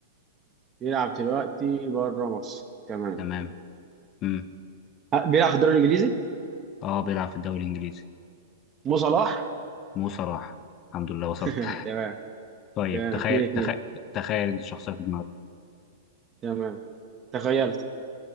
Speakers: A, on the right; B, on the left.
A: بيلعب دلوقتي بره مصر تمام
B: تمام مم.
A: ه- بيلعب في الدوري الانجليزي
B: اه بيلعب في الدوري الانجليزي
A: مو صلاح
B: مو صلاح الحمد لله وصلت
A: <laughs> تمام
B: طيب
A: تمام
B: تخيل
A: اتنين اتنين
B: تخيل تخيل انت شخصيه في دماغك
A: تمام تخيلت